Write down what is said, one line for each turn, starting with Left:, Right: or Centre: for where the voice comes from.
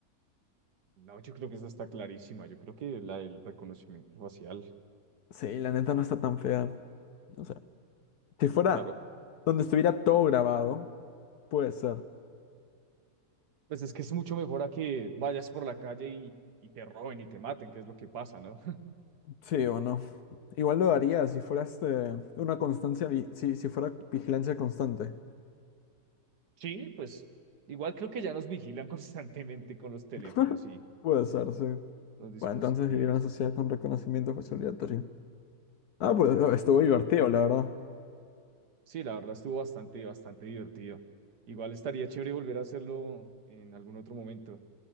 Right: No, yo creo que esta está clarísima. Yo creo que la del reconocimiento facial,
Left: Sí, la neta no está tan fea. O sea, si fuera
Right: claro,
Left: donde estuviera todo grabado, puede ser.
Right: pues es que es mucho mejor a que vayas por la calle y, y te roben y te maten, que es lo que pasa, ¿no?
Left: Sí o no. Igual lo haría si fuera este, una constancia, vi- si, si fuera vigilancia constante.
Right: Sí, pues igual creo que ya nos vigilan <laughs> constantemente con los teléfonos
Left: <laughs>
Right: y
Left: Puede ser, sí.
Right: los dispositivos.
Left: Bueno, entonces vivir en una sociedad con reconocimiento facial obligatorio. Ah, pues eh, estuvo divertido, la verdad.
Right: Sí, la verdad estuvo bastante, bastante divertido. Igual estaría chévere volver a hacerlo en algún otro momento.